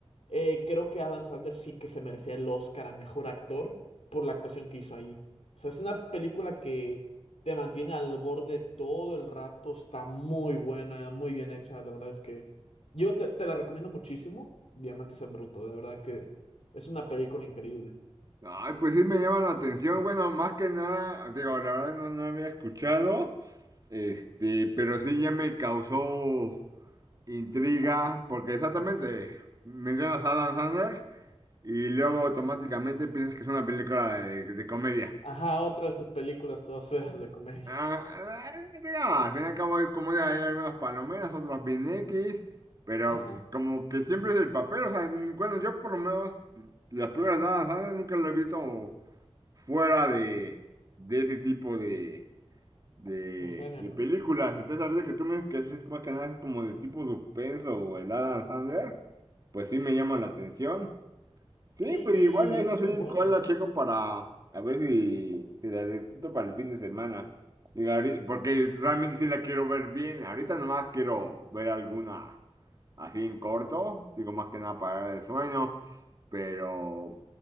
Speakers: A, on the left; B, on the right.
A: eh, creo que Adam Sandler sí que se merecía el Oscar a mejor actor por la actuación que hizo ahí. O sea, es una película que te mantiene al borde todo el rato, está muy buena, muy bien hecha, la verdad es que yo te, te la recomiendo muchísimo, Diamantes en Bruto, de verdad que es una película increíble.
B: Ay, pues sí me llama la atención. Bueno, más que nada, digo, la verdad no, no había escuchado, este, pero sí ya me causó. Intriga, porque exactamente mencionas a Adam Sandler y luego automáticamente piensas que es una película de, de comedia.
A: Ajá, otra de sus películas todas feas de comedia,
B: Ah, ah, mira, al fin y al cabo hay comedia, hay algunas palomeras, otras bien X, pero
A: <laughs> ajá,
B: pues, como que siempre es el papel. O sea, n- bueno, yo por lo menos las películas de Adam Sandler nunca lo he visto fuera de, de ese tipo de De,
A: de género.
B: de películas, entonces ahorita que tú me dices que es más que nada es como de tipo suspenso o el Adam Sandler, pues sí me llama la atención. Sí,
A: Sí,
B: pues
A: y
B: igual es
A: es
B: así,
A: muy buena,
B: cuál la
A: ¿eh?
B: checo para a ver si, si la detecto para el fin de semana. Digo, ahorita- porque realmente sí la quiero ver bien. Ahorita nomás quiero ver alguna así en corto, digo más que nada para el sueño, pero,